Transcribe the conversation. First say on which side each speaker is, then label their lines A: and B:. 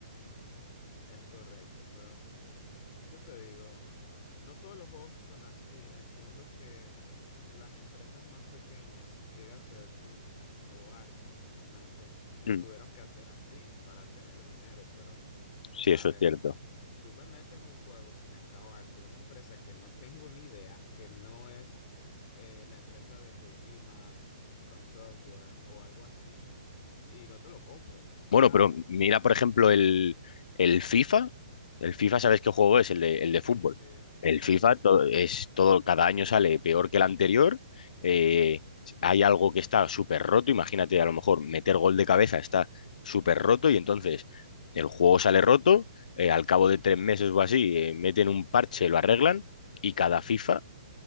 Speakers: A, on the left (about 40°); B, on the left (about 65°).
A: ujú, es correcto, pero ¿Qué te digo? No todos los juegos son así. Entiendo que las empresas más pequeñas, dígase Rust o Ark en su momento, lo
B: Mm,
A: tuvieron que hacer así para tener dinero. Pero,
B: Sí,
A: a
B: eso
A: ver,
B: es cierto.
A: tú me metes un juego sin acabar de una empresa que no <laughs> tengo ni idea, que no es eh, la empresa de Kojima, From Software o algo así, y no te lo compro,
B: Bueno,
A: ¿sabes?
B: pero mira, por ejemplo, el, el FIFA. El FIFA, ¿sabes qué juego es? El de, el de fútbol.
A: Sí, sí,
B: El FIFA
A: sí,
B: to- es todo, cada año sale peor que el anterior. eh, hay algo que está súper roto. Imagínate, a lo mejor meter gol de cabeza está súper roto y entonces el juego sale roto. eh, al cabo de tres meses o así, eh, meten un parche, lo arreglan y cada FIFA